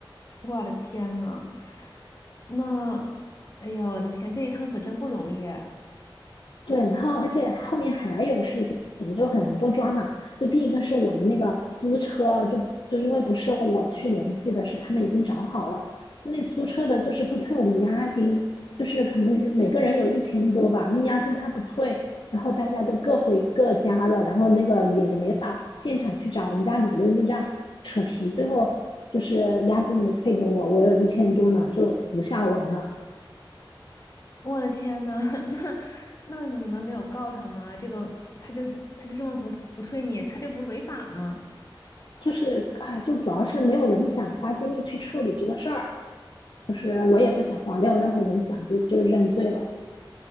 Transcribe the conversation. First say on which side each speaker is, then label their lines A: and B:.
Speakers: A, on the left; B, on the left.
A: 我的天呐，那，哎呦我的天，这一趟可真不容易啊
B: 对，然后而且后面还有事情，就很多抓嘛。就第一个是我们那个租车，就就因为不是我去联系的，是他们已经找好了，就那租车的就是不退我们押金，就是可能每个人有一千多吧，那押金他不退，然后大家都各回各家了，然后那个也没法现场去找人家理论，就这样扯皮，最后就是押金没退给我，我有一千多呢，就无下文了。
A: 我的天呐，<laughs> 那那你们没有告他吗？这个他就他就这么不不退你，他这不是违法了吗？
B: 就是哎，就主要是没有人想花精力去处理这个事儿，就是我也不想花，没有任何人想就就认罪了。